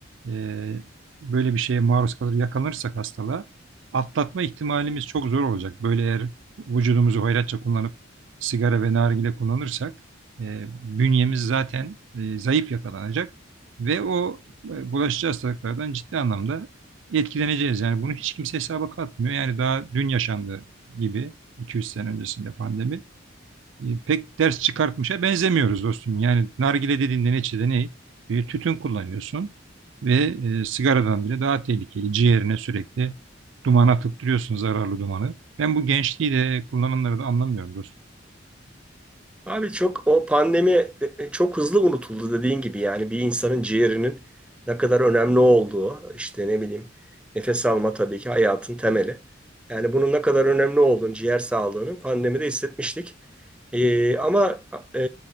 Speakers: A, on the right (about 65°); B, in the centre.
A: e, böyle bir şeye maruz kalır, yakalanırsak hastalığa atlatma ihtimalimiz çok zor olacak. Böyle eğer vücudumuzu hoyratça kullanıp sigara ve nargile kullanırsak e, bünyemiz zaten e, zayıf yakalanacak ve o e, bulaşıcı hastalıklardan ciddi anlamda etkileneceğiz. Yani bunu hiç kimse hesaba katmıyor. Yani daha dün yaşandı gibi iki üç sene öncesinde pandemi e, pek ders çıkartmışa benzemiyoruz dostum. Yani nargile dediğinde neticede ne? Bir tütün kullanıyorsun ve e, sigaradan bile daha tehlikeli. Ciğerine sürekli duman atıp duruyorsun zararlı dumanı. Ben bu gençliği de kullananları da anlamıyorum dostum.
B: Abi çok o pandemi e, e, çok hızlı unutuldu dediğin gibi yani bir insanın ciğerinin ne kadar önemli olduğu işte ne bileyim nefes alma tabii ki hayatın temeli. Yani bunun ne kadar önemli olduğunu ciğer sağlığının pandemide hissetmiştik. E, ama e,